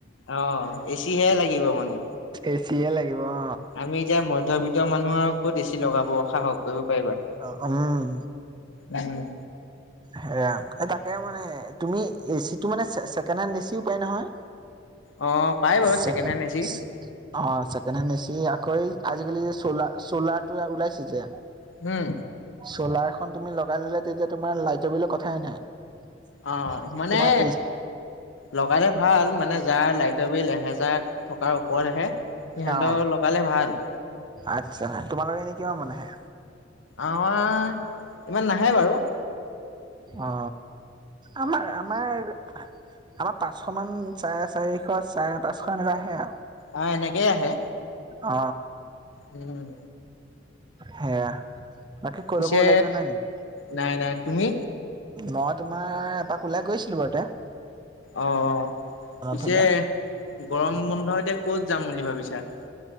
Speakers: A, on the left; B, on the right.
A: অ, এচিহে লাগিব মানে।
B: এচিয়ে লাগিব অ।
A: আমি এতিয়া মধ্যবিত্ত মানুহ আৰু ক'ত এছি লগাব সাহস কৰিব পাৰিবা।
B: হুম।
A: উম।
B: সেয়া তাকে মানে তুমি এচিটো মানে ছে-ছেকেণ্ড হেণ্ড এচিও পায় নহয়।
A: অ পাই বাৰু
B: চেকে
A: ছেকেণ্ড হেণ্ড এচি
B: চেক অ ছেকেণ্ড এছি আকৌ আজি-কালি যে চলাৰ চলাৰটো ওলাইছে যে।
A: উম।
B: চ'লাৰখন তুমি লগাই ল'লে তেতিয়া তোমাৰ লাইটৰ বিলৰ কথাই নাই।
A: অ মানে
B: তোমাৰ এই
A: লগালে ভাল মানে যাৰ লাইটৰ বিল এহেজাৰ টকাৰ ওপৰত আহে সিহঁতৰ
B: অ
A: লগালে ভাল।
B: আচ্ছা তোমালোকে এনেই কিবা মানে আহে?
A: আমাৰ ইমান নাহে বাৰু।
B: অ আমাৰ আমাৰ আমাৰ পাঁচশ মান চাৰে চাৰিশ, চাৰে পাঁচশ এনেকা আহে আৰু।
A: অ এনেকেই আহে।
B: অ।
A: উম।
B: সেয়া, বাকী কলৈকো
A: পিছে,
B: ওলাই যোৱা নাই নেকি
A: নাই নাই। তুমি?
B: মই তোমাৰ এপাক ওলাই গৈছিলো বাৰুতে।
A: অ, অ পিছে
B: ফালে
A: গৰম বন্ধ এতিয়া ক'ত যাম বুলি ভাবিছা?